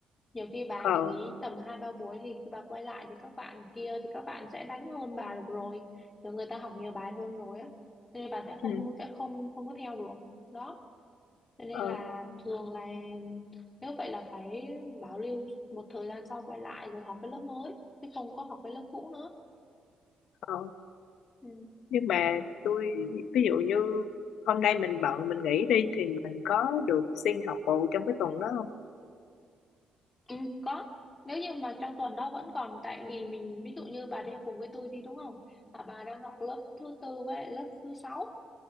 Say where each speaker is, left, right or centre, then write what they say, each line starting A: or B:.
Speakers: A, on the left; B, on the left.
A: nhiều khi bà
B: ờ
A: mà nghỉ tầm hai ba buổi thì khi bà quay lại thì các bạn kia thì các bạn sẽ đánh hơn bà được rồi rồi người ta học nhiều bài hơn rồi á Cho nên bà sẽ không
B: ừ,
A: sẽ không không có theo được đó cho nên
B: ờ
A: là thường là nếu vậy là phải bảo lưu một thời gian sau quay lại rồi học cái lớp mới chứ không có học cái lớp cũ nữa
B: ờ
A: ừ.
B: nhưng mà tôi ví dụ như hôm nay mình bận mình nghỉ đi thì mình có được xin học bù trong cái tuần đó không?
A: ừ có nếu như mà trong tuần đó vẫn còn tại vì mình ví dụ như bà đi học cùng với tôi đi đúng không là bà đang học lớp thứ tư với lại lớp thứ sáu